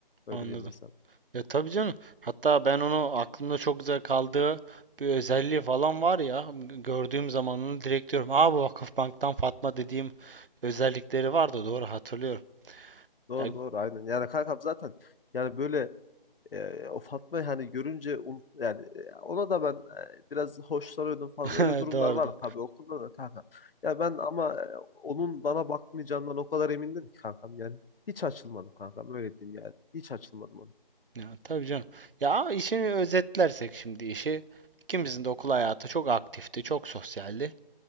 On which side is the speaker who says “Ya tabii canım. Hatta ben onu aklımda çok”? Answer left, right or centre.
Right